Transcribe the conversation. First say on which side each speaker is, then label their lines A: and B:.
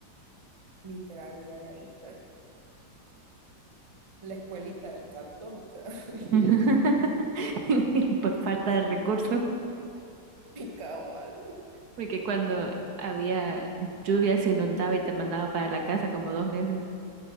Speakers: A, on the right (about 20°); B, on the right (about 60°).
A: Literal, y ya de ahí, pues, la escuelita del cantón, o sea, <laughs>
B: <laughs> Por falta de recursos.
A: cabal.
B: Porque cuando había lluvia se inundaba y te mandaba para la casa como dos meses.